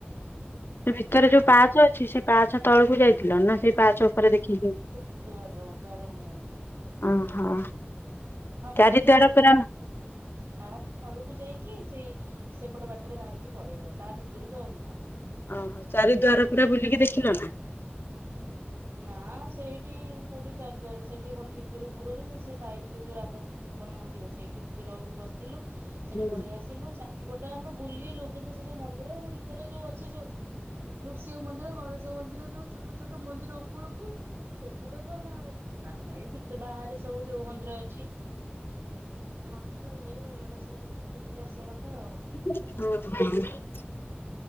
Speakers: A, on the left (about 65°); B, on the right (about 85°).
A: ସେ ଭିତରେ ଯଉ ପାହାଚ ଅଛି ସେ ପାହାଚ ତଳୁକୁ ଯାଇଥିଲ ନା ସେଇ ପାହାଚ ଉପରେ ଦେଖିକି
B: ସେଟା ଦୁଆର ଦ୍ୱାର ମୁହଁରୁ
A: ଓହୋ।
B: ହଁ
A: ଚାରି
B: ପାହାଚ
A: ଦ୍ୱାର
B: ତ
A: ପୁରା ହୁଁ।
B: ପାହାଚ ତଳୁକୁ ଯାଇକି ସେଇ ସେପଟ ବାଟରେ ବାହାରିକି ପଳେଇବ ତା ଭିତରୁକୁ ଆଉ ନୁହଁ।
A: ଓହୋ ଚାରି ଦ୍ଵାର ପୁରା ବୁଲିକି ଦେଖିଲ ନା?
B: ନା ସେଇଠି କଉଠି ଚାରି ଦ୍ଵାର ସେଠି କଣ ଭିତରକୁ ପୁରଉଚନ୍ତି ସେ ସାଇଟ୍ ରେ ଯଉ ରାଧାକୃଷ୍ଣ ଙ୍କ ମନ୍ଦିର ସେଇଠି ଟିକେ ରହିଲୁ ବସିଲୁ ସେଠି
A: ହଁ
B: ପଳେଇଆସି ଆସିଲୁ ଚାରିପଟାଙ୍କ ବୁଲିଲୁ କିନ୍ତୁ ସେ ଯୋଉ ମନ୍ଦିର ଭିତରେ ଯୋଉ ଅଛି ଯୋଉ ନୃଷ୍ୟଂ ମନ୍ଦିର ଗଣେଶ ମନ୍ଦିରୋ ଉ ଛୋଟ ଛୋଟ ମନ୍ଦିର ଉପରକୁ ସେଗୁଡାକୁ ଆମେ ଏ ବାହାରେ ସବୁ ଯୋଉ ମନ୍ଦିର ଅ ଛି ତମାନ ଇଏଟା ସବୁିକ ଆସିବା କଥା ଆଉ।
A: ହଉ।